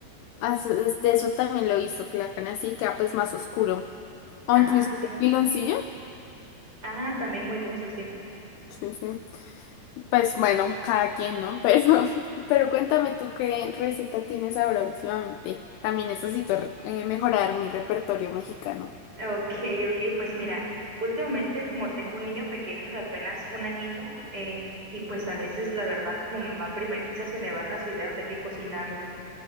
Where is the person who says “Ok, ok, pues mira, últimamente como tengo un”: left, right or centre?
Right